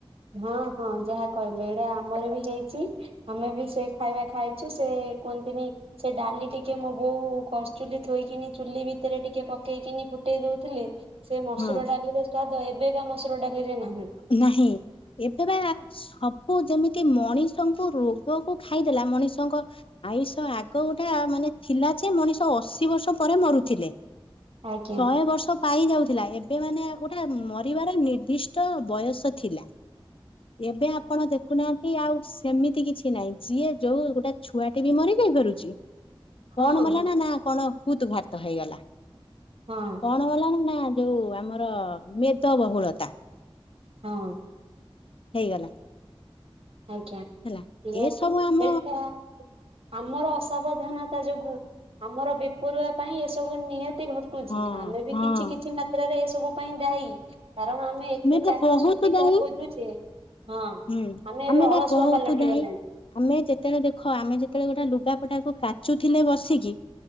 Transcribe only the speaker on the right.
ହଁ, ହଁ ଯାହା କହିଲେ ଏଇଟା ଆମର ବି ହେଇଚି। ଆମେ ବି ସେ ଖାଇବା ଖାଇଚୁ। ସେ ଏ କୁହନ୍ତିନି ସେ ଡାଲି ଟିକେ ମୋ ବୋଉ କରଚୁଲି ଥୋଇକିନି। ଚୁଲି ଭିତରେ ଟିକେ ପକେଇକିନି ଫୁଟେଇ ଦଉଥିଲେ ସେ ମସୁର
ଡାଲିର ସ୍ଵାଦ ଏବେକା ମସୁର ଡାଲିରେ ନାହିଁ।
ଆଜ୍ଞା
ହଁ
ହଁ
ହଁ।
ଆଜ୍ଞା ନିହାତି
ଏଇଟା ଆମର ଅସାବଧାନ ତା ଯୋଗୁ। ଆମର ବେପରୁଆ ପାଇଁ ଏସବୁ ନିହା ତି ଘଟୁଚି
ଆମେ ବି
କିଛି କିଛି ମାତ୍ରାରେ ଏ ସବୁ ପାଇଁ ଦାଇ କାରଣ ଆମେ ଏତେ
ଚାକ
ସୁବିଧା
ଖୋଜୁଚେ। ହଁ।
ଏବେ
ଅଳସୁଆ
ପାଲଟି
ଗଲେଣି